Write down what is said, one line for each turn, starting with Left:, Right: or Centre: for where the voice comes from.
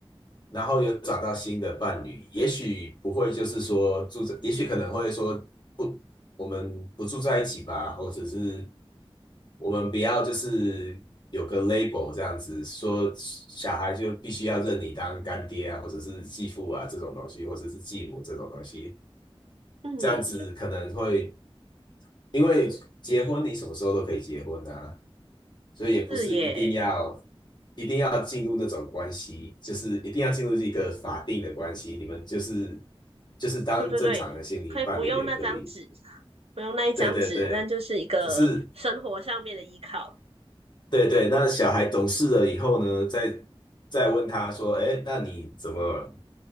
Left: 然后有找到新的伴侣，也许不会就是说住在，也许可能会说不，我们不住在一起吧，或者是我们不要就是有个 label 这样子，说小孩就必须要认你当干爹啊，或者是继父啊这种东西，或者是继母这种东西，
Right: 嗯，
Left: 这样子可能会，
Right: 就
Left: 因为结婚你什么时候都可以结婚啊，所以也不是一定要
Right: 是耶，
Left: 一定要进入那种关系，就是一定要进入一个法定的关系，你们就是就是当正常的心灵伴侣也可以。
Right: 对对对，可以不用那张纸，不用那一张纸，
Left: 对对对，
Right: 但就是一个生活上面的依靠，
Left: 只是对对，那小孩懂事了以后呢，再再问他说，哎，那你怎么